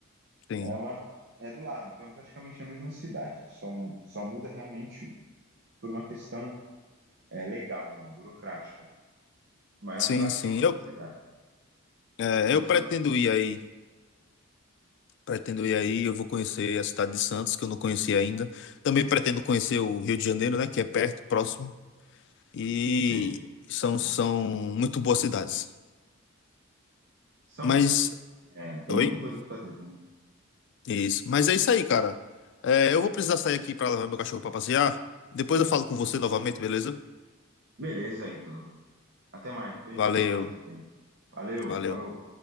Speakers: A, on the left (about 55°); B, on the right (about 55°).
A: sim.
B: ela é do lado. Então, é praticamente a mesma cidade. Só, só muda realmente por uma questão é, legal, né, burocrática, mas
A: Sim,
B: na prática
A: sim.
B: é a mesma
A: Eu,
B: cidade.
A: é,
B: Então,
A: eu
B: são,
A: pretendo ir aí. Pretendo ir aí. Eu vou conhecer a cidade de Santos, que eu não conheci ainda. Também pretendo conhecer o Rio de Janeiro, né? Que é perto, próximo. E
B: sim,
A: são,
B: tá, gente?
A: são muito boas cidades.
B: são,
A: Mas.
B: é, tem
A: Oi?
B: muita coisa para fazer. Né?
A: Isso. Mas é isso aí, cara. É, eu vou precisar sair aqui para levar meu cachorro para passear. Depois eu falo com você novamente, beleza?
B: Beleza aí, tudo. Até mais, depois
A: Valeu.
B: a gente troca mais ideia. Valeu,
A: Valeu.
B: falou.